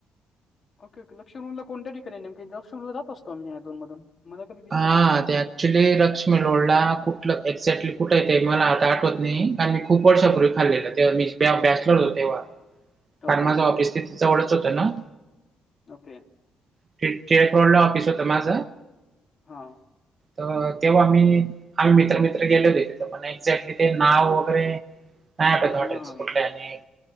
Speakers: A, on the left; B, on the right.
A: Okay okay. लक्षुमणला कोण्यत्या ठिकाणी? नेमकी लक्षुमणला जात असतो आम्ही या अधून मधून. मला कधी दिसला
B: हा.
A: नाही तिकडे
B: त्या- ॲक्चुली लक्ष्मी रोडला कुठलं एक्झॅक्टली कुठं ये, ते मला आता आठवत नाही. कारण मी खूप वर्षापूर्वी खाल्लेलंय. <unintelligible> मी बॅचलर होतो तेव्हा. कारण
A: ओके
B: माझ
A: ओके ओके
B: ऑफिस तिथ जवळच होतं ना.
A: ओके
B: <unintelligible> रोड ला ऑफिस होतं माझ.
A: हा.
B: त तेव्हा मी - आम्ही मित्र मित्र गेलेलोय तिथं. पण एक्झॅक्टली ते नाव वगैरे- नाही आठवत हॉटेलचं
A: हां हां
B: कुठल्या आणि